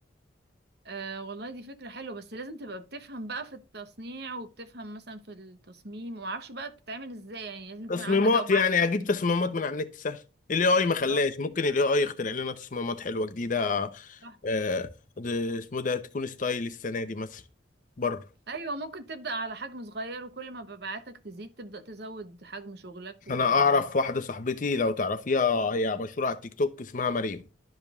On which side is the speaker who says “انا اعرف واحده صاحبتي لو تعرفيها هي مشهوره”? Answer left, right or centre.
Left